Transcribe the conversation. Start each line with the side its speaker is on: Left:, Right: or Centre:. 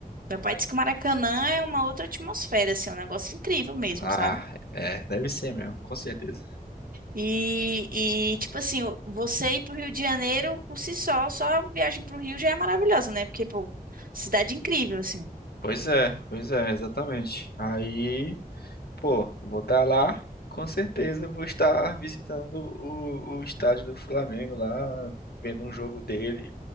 Right: Meu pai disse que o Maracanã é uma outra atmosfera, assim, é um negócio incrível mesmo,
Left: Ah,
Right: sabe?
Left: é, deve ser mesmo, com certeza.
Right: E, e tipo assim, o- você ir pro Rio de Janeiro por si só, só a viagem pro Rio já é maravilhosa, né? Porque, pô, cidade incrível, assim.
Left: Pois é, pois é, exatamente. Aí, pô, vou estar lá, com certeza vou estar visitando o, o estádio do Flamengo lá, vendo um jogo dele,